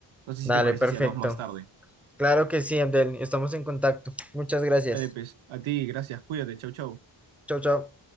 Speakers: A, on the right; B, in the centre.
A: No sé
B: Dale,
A: si te parece
B: perfecto.
A: si hablamos más tarde.
B: Claro que sí, Abdel, estamos en contacto. Muchas gracias.
A: Dale, pues, a ti, gracias, cuídate, chau, chau.
B: Chao, chao.